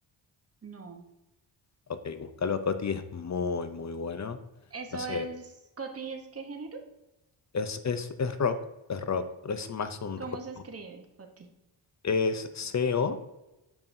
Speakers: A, on the right (about 30°); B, on the left (about 35°).
A: no.
B: Ok, búscalo a Coti, es muy, muy bueno.
A: ¿Eso
B: No sé,
A: es, Coti, es qué género?
B: es, es, es rock, es rock, es más un
A: ¿Cómo
B: rock.
A: se escribe, Coti?
B: Es C-O-T-I